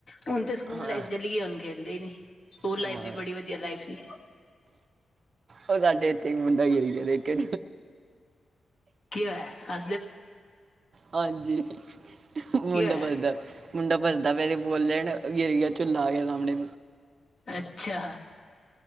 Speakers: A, on the left; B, on the right.
A: ਹੁਣ ਤਾਂ ਸਕੂਲ
B: ਹਾਂ
A: ਲਾਈਫ ਚਲੀਗੀਏ ਹੁਣ ਖੇਲਦੇ ਹੀ ਨੀ। ਸਕੂਲ
B: ਹਾਂ।
A: ਲਾਈਫ ਵੀ ਬੜੀ ਵਧੀਆ, ਲਾਈਫ ਸੀ।
B: ਉਹ ਸਾਡੇ ਇੱਥੇ, ਇੱਕ ਮੁੰਡਾ ਗੇਰੀ ਕਦੇ ਕਿ?
A: ਕੀ ਹੈ? ਅ
B: ਹਾਂਜੀ, ਮੁੰਡਾ
A: ਕੀ ਹੋਇਆ
B: ਬਲਦਾ ਮੁੰਡਾ ਪਜਦਾ ਪਏ, ਤਾਂ ਬੋਲਣ ਗੇਰੀਆ - ਚਝੂੱਲਲਾ ਆ ਗਿਆ ਸਾਹਮਣੇ।
A: ਅੱਛਾ